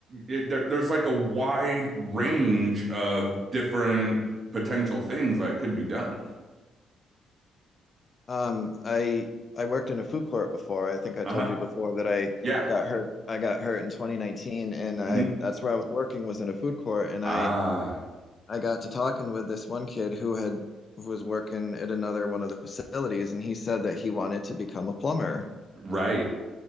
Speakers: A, on the right; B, on the left.
A: it, there, there's like a wide range of different potential things that could be done.
B: Um, I I worked in a food court before. I think I
A: Uh-huh.
B: told you before that I
A: Yeah.
B: got hurt. I got hurt in 2019 and I
A: hmm
B: that's where I was working was in a food court and
A: Ah,
B: I I got to talking with this one kid who had who was working at another one of the facilities, and he said that he wanted to become a plumber.
A: right.